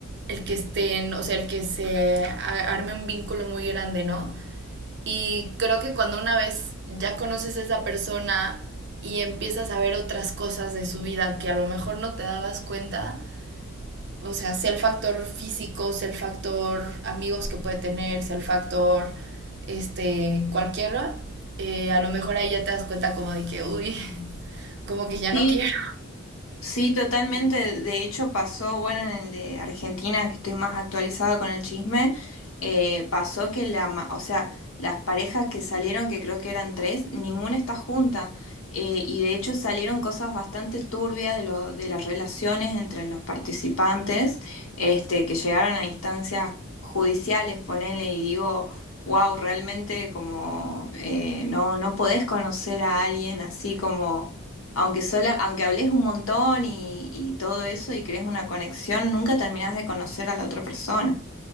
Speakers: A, on the right; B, on the left.
A: el que estén, o sea, el que se arme un vínculo muy grande, ¿no? Y creo que cuando una vez ya conoces a esa persona y empiezas a ver otras cosas de su vida que a lo mejor no te dabas cuenta, o sea, sea el factor físico, sea el factor amigos que puede tener, sea el factor este, cualquiera, eh, a lo mejor ahí ya te das cuenta como de que, uy, <laughs> como que ya
B: Sí,
A: no quiero.
B: Sí, totalmente. De hecho, pasó, bueno, en el de Argentina, que estoy más actualizada con el chisme, eh, pasó que la, ma- o sea, las parejas que salieron, que creo que eran tres, ninguna está junta. Eh, y de hecho salieron cosas bastante turbias de lo, de las relaciones entre los participantes, este, que llegaron a instancias judiciales, ponele, y digo, wow, realmente como eh, no, no podés conocer a alguien así como aunque sola, aunque hables un montón y, y todo eso y crees una conexión, nunca terminás de conocer a la otra persona.